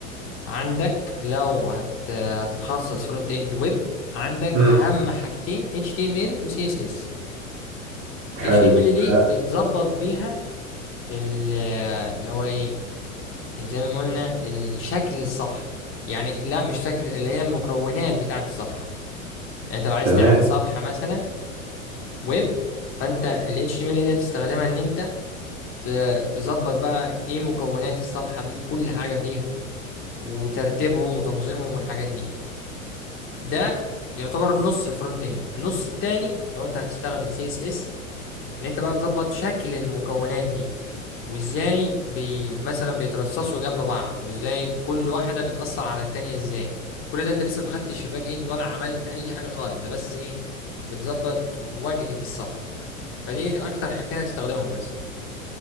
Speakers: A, on the left; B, on the right.
A: عندك لو هت هتتخصص فرونت إند ويب عندك
B: امم
A: أهم حاجتين HTML و CSS
B: حلو
A: HTML دي
B: آه،
A: بتظبط بيها ال- اللي هو إيه زي ما قلنا ال- شكل الصفحة يعني لا مش شكل اللي هي المكونات بتاعة الصفحة يعني انت لو عايز
B: تمام
A: تعمل صفحة مثلا ويب فانت ال HTML دي هتستخدمها ان انت ت- تظبط بقى ايه مكونات الصفحة دي كل حاجة فيها وترتيبهم وتنظيمهم والحاجات دي ده يعتبر نص الفرونت اند النص التاني لو انت هتستخدم CSS ان انت بقى تظبط شكل المكونات دي وازاي بي مثلا بيترصصوا جنب بعض وازاي كل واحدة بتأثر على التانية ازاي كل ده انت لسه ما دخلتش في الباك اند ولا عملت اي حاجة خالص ده بس ايه بتظبط واجهة الصفحة فدي اكتر حاجتين هتستخدمهم بس